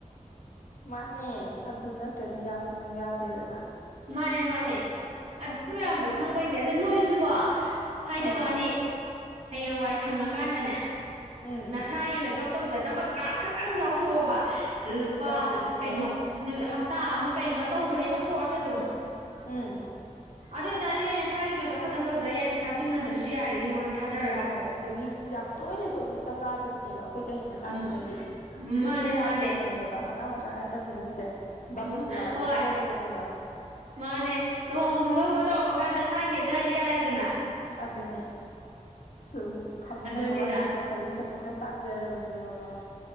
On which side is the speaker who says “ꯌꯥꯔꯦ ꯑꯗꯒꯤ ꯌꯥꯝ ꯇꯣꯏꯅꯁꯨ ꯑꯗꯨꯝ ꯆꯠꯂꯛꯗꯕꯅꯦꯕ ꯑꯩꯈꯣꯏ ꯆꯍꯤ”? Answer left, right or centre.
Left